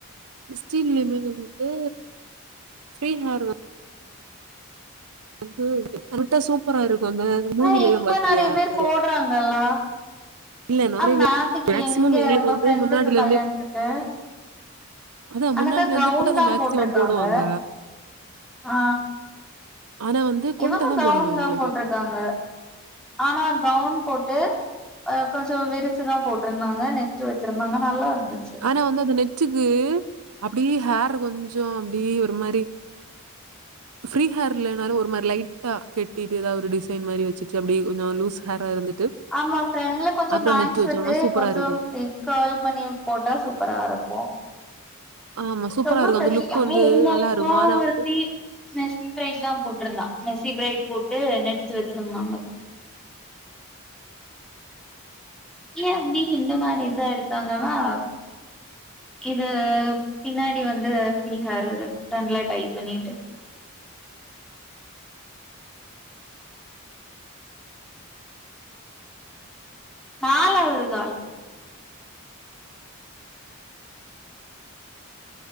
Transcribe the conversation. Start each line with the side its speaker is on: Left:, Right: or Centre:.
Right: கிறிஸ்டின்லயுமே வந்து ஃப்ரீ ஹார் வ வந்து கரெக்டா சூப்பரா இருக்கு அந்த
Centre: ஆனா
Right: மூவில எல்லா
Centre: இப்ப
Right: பாத்தியா
Centre: நெறைய பேர்
Right: நறையா
Centre: போடுறாங்கல்ல
Right: இல்ல நறையவே
Centre: ஆனா நேத்திக்கு
Right: மேக்சிமம்
Centre: எங்க
Right: எங்களுக்கு
Centre: உங்க
Right: வந்து
Centre: ஃப்ரெண்டுக்கு
Right: முன்னாடில
Centre: கல்யாணத்துக்கு
Right: இருந்தே அதா
Centre: அந்தக்கா
Right: முன்னாடில இருந்து
Centre: கவுன்
Right: கூட அத
Centre: தா
Right: மேக்சிமம்
Centre: போட்ருக்காங்க
Right: போடுவாங்க
Centre: ஆ
Right: ஆனா வந்து கொண்டதா
Centre: இவங்க கவுன்
Right: போடுவோ எங்களுக்கு
Centre: தான் போட்ருக்காங்க ஆனா அது கவுன் போட்டு அ கொஞ்ச விரிச்சுதா போட்ருந்தாங்க நெட்டு வச்சிருந்தாங்க நல்லா இருந்துச்சு
Right: ஆனா வந்து அந்த நெட்டுக்கு அப்படியே ஹேர் கொஞ்சோ அப்டி ஒரு மாரி ஃப்ரீ ஹேர் இல்லைனாலு ஒரு மாரி லைட்டா கட்டிட்டு எதாவ ஒரு டிசைன் மாரி வெச்சிட்டு அப்படி கொஞ்சோ லூஸ் ஹேரா இருந்துட்டு
Centre: ஆமா ஃப்ரெண்ட்ல கொஞ்சோ
Right: அப்புறம்
Centre: பேங்க்ஸ்
Right: நெட்டு வச்சோம்னா
Centre: விட்டு
Right: சூப்பரா
Centre: கொஞ்சோ
Right: இருக்கும்.
Centre: <unintelligible> கர்ல் பண்ணி போட்டா சூப்பரா இருக்கு
Right: ஆமா சூப்பரா
Centre: ரொம்ப
Right: இருக்கும்.
Centre: <unintelligible>
Right: அந்த லுக்
Centre: ஆனா
Right: வந்து
Centre: எங்க
Right: நல்லா
Centre: அக்கா
Right: இருக்கும். ஆனா
Centre: ஒருர்த்தி
Right: வந்து
Centre: மெஸ்ஸி பிரரைட் தா போட்டிருந்தா மெஸ்ஸி பிரரைட் போட்டு நடிச்சு வெச்சிருந்தாங்க இல்ல அப்டி ஹிந்து மேரேஜா எடுத்தாங்கனா இது பின்னாடி வந்து ஃப்ரீஹார் ஒரு ஃப்ரண்ட்ல டைப் பண்ணிட்டு நாலாவது கால்